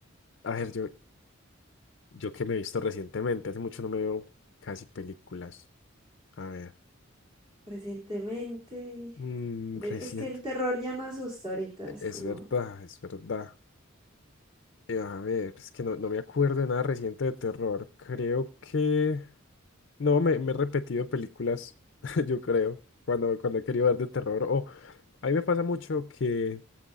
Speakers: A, on the left; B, on the right.
A: A ver, yo, Yo que me he visto recientemente, hace mucho no me veo casi películas. A ver,
B: Recientemente.
A: mm,
B: e-
A: reciente.
B: Es que el terror ya no asusta ahorita,
A: e-
B: es
A: Es
B: como.
A: verdad, es verdad. Eh, a ver, es que no, no me acuerdo de nada reciente de terror. Creo que... No, me, me he repetido películas, <laughs> yo creo, cuando, cuando he querido ver de terror. O a mí me pasa mucho que.